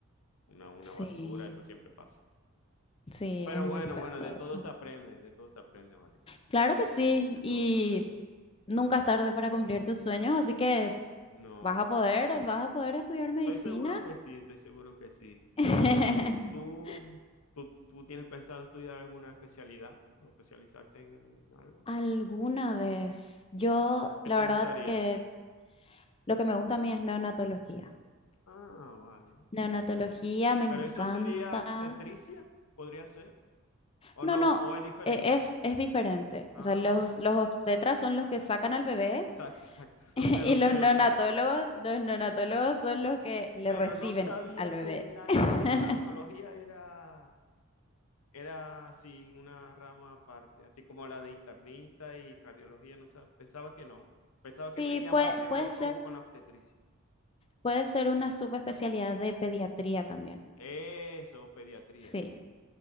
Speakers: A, on the left (about 85°); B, on the left (about 25°).
A: Una, una
B: sí,
A: basura, eso siempre pasa.
B: sí,
A: Pero
B: es muy
A: bueno,
B: feo
A: bueno,
B: todo
A: de todo
B: eso.
A: se aprende, de todo se aprende, vale. De
B: Claro que sí,
A: todo de
B: y
A: todo se aprende.
B: nunca es tarde para cumplir tus sueños, así que
A: No,
B: vas a poder, vas a poder estudiar medicina.
A: estoy seguro que sí, estoy seguro que sí.
B: <laughs>
A: ¿Tú, tú, tú- tú tienes pensado estudiar alguna especialidad o especializarte en algo?
B: Alguna vez, yo
A: ¿Qué
B: la
A: te
B: verdad
A: gustaría?
B: que Lo que me gusta a mí es neonatología.
A: Ah, vale.
B: Neonatología me encanta.
A: ¿Pero eso sería tetricia? ¿Podría ser? ¿O
B: No,
A: no?
B: no,
A: ¿O es diferente?
B: e- es, es diferente.
A: Ah,
B: O sea, los,
A: vale,
B: los
A: vale.
B: obstetras son los que sacan al bebé
A: Exacto, exacto.
B: <laughs> y
A: Lo sé, lo
B: los
A: sé,
B: neonatólogos,
A: lo sé.
B: los neonatólogos son los que le
A: Pero
B: reciben
A: no sabía
B: al bebé.
A: que la
B: <laughs>
A: neonatología era... Era así, una rama aparte, así como la de internista y cardiología, no sab- Pensaba que no. Pensaba
B: Sí,
A: que tenía
B: puede,
A: más que
B: puede
A: ver
B: ser,
A: con, con la obstetricia.
B: puede ser una subespecialidad de pediatría también.
A: Eso, pediatría.
B: Sí,